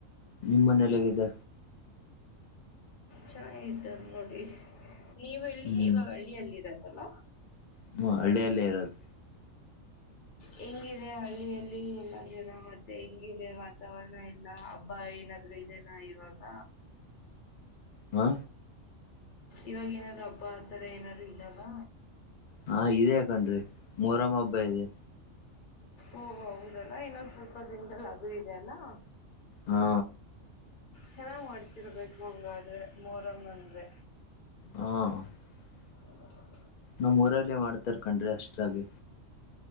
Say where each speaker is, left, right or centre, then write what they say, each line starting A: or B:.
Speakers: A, on the left (about 65°); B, on the left (about 45°).
A: ನಿಮ ಮನಲ್ಲ ಹಗಿದ್ದ
B: ಚೆನ್ನಾಗಿದ್ದ ನೋಡಿ ನೀವೆ ಎಲ್ಲಿಯ
A: ಹ್ಮ್
B: ಇವಾಗ ಹಳ್ಳಿಯಲ್ಲಿರದಲ್ಲ
A: ಹ್ಮ ಹಳ್ಳಿಯಲ್ಲೇ ಇರೋದು
B: ಹೆಂಗಿದೆ ಹಳ್ಳಿಯಲ್ಲಿ ಎಲ್ಲ ಜನ ಮತ್ತೆ ಹೆಂಗಿದೆ ವಾತಾವರಣ ಎಲ್ಲ ಹಬ್ಬ ಏನಾದ್ರು ಇದೆನಾ ಇವಾಗ
A: ಹಾ
B: ಇವಾಗ ಏನಾದ್ರು ಹಬ್ಬ ಆತರ ಏನಾದ್ರು ಇದಾವ
A: ಹಾ ಇದೇ ಹಕನ್್ರಿ ಮರಮ್ಮ ಹಬ್ಬ ಇದೆ
B: ಓ ಹೌದಣ ಇನ್ನೊಂದು ಸ್ವಲ್ಪ ದಿನದಲ್ಲಿ ಅದು ಇದೆ ಅಲ್ಲಾ
A: ಹಾ
B: ಚೆನ್ನಾಗ್ ಮಾಡ್ತಿರ್ಬೇಕು ಹಂಗಾದ್ರೆ ಮೋರಮ ಅಂದ್ರೆ
A: ಹಾ
B: <unintelligible>
A: ನಮ್ ಊರಲ್ಲೇ ಮಾಡ್ತಾರ ಕನ್್ರಿ ಅಷ್ಟೇ <inaudible> ಜೆ